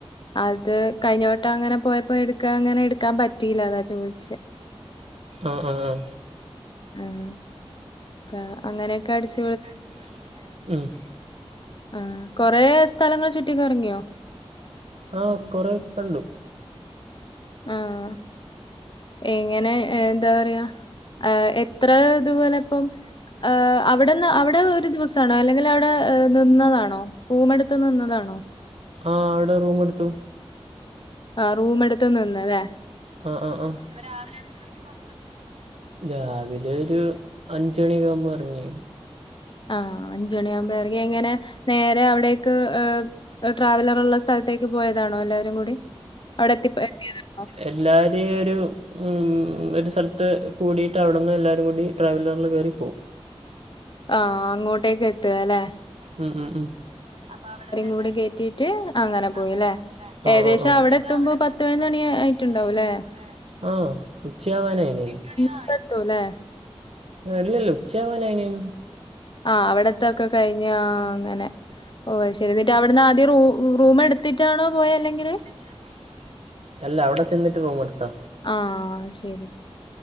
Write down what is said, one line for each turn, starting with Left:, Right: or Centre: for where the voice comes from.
Left: ആഹ് അത് കഴിഞ്ഞവട്ടം അങ്ങനെ പോയപ്പോ എട്ക്കാ അങ്ങനെ എട്ക്കാൻ പറ്റിയില്ല അതാ ചോദിചെ
Right: ആഹ് ആഹ്
Left: ഉം കാ അങ്ങനെയൊക്കെ അട്ച്ച്
Right: അടിച്ച് പഠിച്ച് ലേ ഉം
Left: ഉം കൊറെ സ്ഥലങ്ങൾ ചുറ്റി കറങ്ങിയോ
Right: ആഹ് കൊറെ കണ്ടു
Left: ആഹ് എങ്ങനെ ഏഹ് എന്താ പറയാ ഏ എത്ര ഇതുപോലെ ഇപ്പം ഏ അവിടെന്ന് അവിടെ ഒരു ദിവസം സാണോ അല്ലെങ്കില് അവിടെ നിന്നതാണോ റൂം മെടുത്ത് നിന്നതാണോ
Right: ആഹ് ആടെ റൂം ട്ത്തു
Left: ആഹ് റൂമെടുത്ത്‌ നിന്ന്ലേ
Right: ആഹ് ആഹ് ആഹ് രാവിലെ എത്ര മണിക്ക് പോ <inaudible> രാവിലെ ഒരു അഞ്ച് മണി ഒക്കെ ആവുമ്പോ അറങ്ങി
Left: ആഹ് അഞ്ച് മണിയാവുമ്പോ എറങ്ങി എങ്ങനെ നേരെ അവിടേക്ക് ട്രാവലറ്ള്ള സ്ഥലത്തേക്ക് പോയതാണോ എല്ലാവരും കൂടി അവിടെ എത്തി എത്തിയതാണോ
Right: എല്ലാരിം ഒരു ഉം ഒര് സ്ഥലത്ത് കൂടിയിട്ട് അവിടെന്ന് എല്ലാവരും കൂടി ട്രാവലറിൽ കെറി പോകും
Left: ആഹ് അങ്ങോട്ടേക്ക് എത്ത്യാ ല്ലെ
Right: ഉം ഉം ഉം അപ്പൊ അവിടെന്ന് എല്ലാരും
Left: കൂടി കേറ്റിയിട്ട്
Right: കൂട്ടിട്ട്
Left: പോയി
Right: അങ്ങനെ
Left: ല്ലേ?
Right: പോവുംലേ
Left: ഏകദേശം
Right: ഏകദേം
Left: എത്തുമ്പോ
Right: അവിടെ എത്തു മ്പോ പത്ത് പത്തിനൊന്ന്
Left: ആയിട്ടുണ്ടാവും
Right: മണി ആയിടുടവും
Left: ല്ലേ?
Right: ലെ ആ ഉച്ചയാവാനായി എട്ട് മണി ആ
Left: പ്പ ത്തുലേ
Right: ഇല്ല ഇല്ല ഉച്ചയാവാനായിന്
Left: ആഹ് അവിടത്തൊക്കെ കഴിഞ് ആ അങ്ങനെ ഓ എന്നിട്ട് അവിടുന്ന് ആദ്യം റൂ റൂംമ്മ് എടുത്തിട്ടാണോ പോയ അല്ലെങ്കില്
Right: <unintelligible> അല്ല അവിടെ ചെന്നിട്ട് റൂം മെട്ത്താ
Left: ആഹ് ശരി